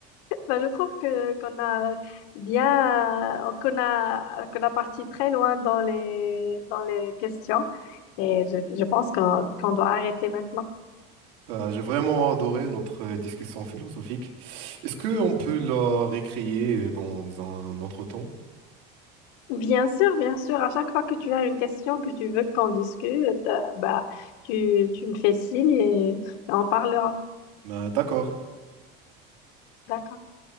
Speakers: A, on the left; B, on the right.
A: bah, je trouve que qu'on a bien, euh, qu'on a, qu'on a parti très loin dans les, dans les questions. Et je, je pense qu'on qu'on doit arrêter maintenant.
B: Euh, j'ai vraiment adoré notre euh, discussion philosophique. Est-ce qu'on peut la récréer dans un autre temps?
A: Bien sûr, bien sûr. À chaque fois que tu as une question que tu veux qu'on discute, euh, bah, tu, tu me fais signe et et on parlera.
B: Ben, d'accord.
A: D'accord.